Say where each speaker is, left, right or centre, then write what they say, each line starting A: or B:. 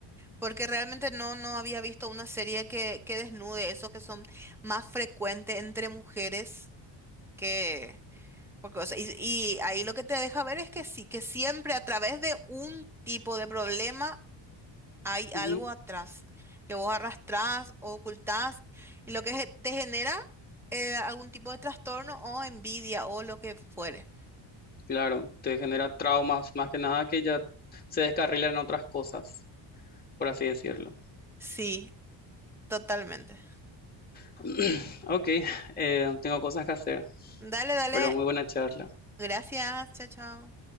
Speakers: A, in the centre; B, on the left.
A: Porque realmente no, no había visto una serie que, que desnude eso que son más frecuentes entre mujeres que... Porque, o sea, y, y ahí lo que te deja ver es que sí, que siempre a través de un tipo de problema hay algo
B: Ujú.
A: atrás, que vos arrastrás o ocultás, y lo que ge- te genera eh, algún tipo de trastorno o envidia o lo que fuere.
B: Claro, te genera traumas, más que nada que ya se descarrilan en otras cosas, por así decirlo.
A: Sí, totalmente.
B: <clears throat> Ok, eh, tengo cosas que hacer,
A: Dale, dale.
B: pero muy buena charla.
A: Gracias. Chao, chao.